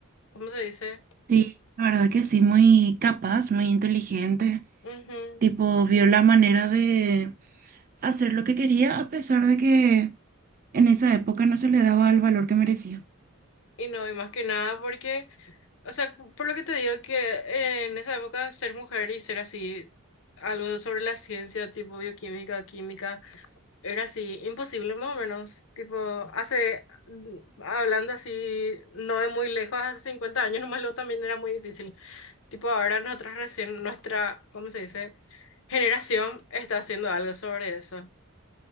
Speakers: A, on the left; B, on the right.
A: ¿cómo se dice?
B: Sí, la verdad que sí, muy capaz, muy inteligente.
A: Ujú.
B: Tipo, vio la manera de hacer lo que quería a pesar de que en esa época no se le daba el valor que merecía.
A: Y no, y más que nada porque, o sea, por lo que te digo que en esa época ser mujer y ser así, algo sobre la ciencia, tipo bioquímica, o química, era así, imposible más o menos. Tipo, hace, mm, hablando así, no es muy lejos, hace 50 años nomás lo también era muy difícil. Tipo, ahora nosotros recién, nuestra, ¿cómo se dice? Generación está haciendo algo sobre eso.